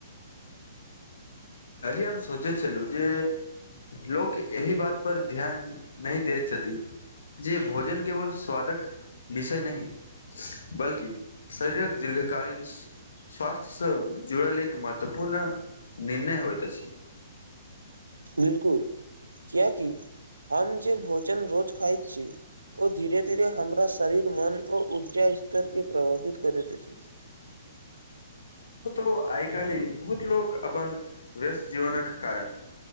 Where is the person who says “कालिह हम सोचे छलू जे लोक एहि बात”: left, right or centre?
Left